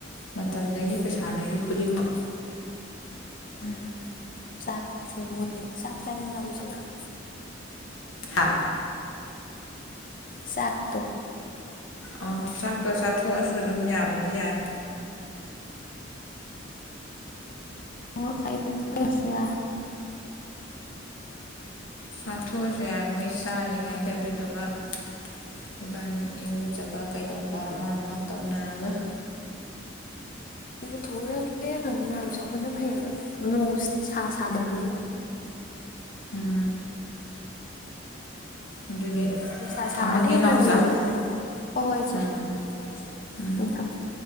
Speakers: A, on the left (about 80°); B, on the left (about 45°).
A: ꯃꯇꯝꯗꯒꯤ ꯄꯩꯁꯥꯗꯒꯤ ꯈꯨꯗꯤꯡꯃꯛ
B: ꯎꯝ ꯆꯥꯛꯁꯦ ꯃꯣꯏꯒꯤ ꯆꯥꯛ ꯆꯥꯅꯤꯡꯉꯕꯣ ꯏꯆꯦ ꯅꯪ
A: ꯍꯥ
B: ꯆꯥꯛꯇꯣ
A: ꯑꯣ ꯆꯥꯛꯇꯣ ꯆꯥꯊꯣꯛꯑꯁ ꯁꯨ ꯑꯗꯨꯝ ꯌꯥꯕꯨꯗꯤ ꯌꯥꯏ꯫
B: ꯑꯣ <unintelligible> ꯌꯥ
A: ꯆꯥꯊꯣꯛꯑꯁꯨ ꯌꯥꯏ ꯃꯣꯏꯁ ꯇꯥꯔꯤꯉꯩꯗ ꯑꯗꯨꯗꯨꯒ <inaudible> ꯏꯕꯥꯅꯤ ꯏꯔꯨꯖꯕ ꯀꯩꯗꯧꯕ ꯑꯃ ꯑꯃ ꯇꯧꯅꯔꯒ <inaudible>
B: <unintelligible> <unintelligible> ꯁꯣꯛꯄꯅ ꯐꯩ ꯑꯕ ꯅꯣꯡ ꯁꯥ ꯁꯥꯗꯕꯅꯤꯅ꯫
A: ꯎꯝ ꯎꯝ ꯑꯗꯨꯗꯤ
B: ꯅꯨꯡꯁꯥ ꯁꯥꯔꯗꯤ
A: ꯊꯝꯃꯒꯦ
B: ꯉꯟꯅ
A: ꯅꯥꯎꯆꯥ
B: ꯂꯨꯕꯅꯦ ꯍꯣ ꯍꯣꯏ ꯏꯆꯦ
A: ꯎꯝ ꯎꯝ
B: ꯊꯝꯃꯦ ꯊꯝꯃꯦ꯫ <inaudible>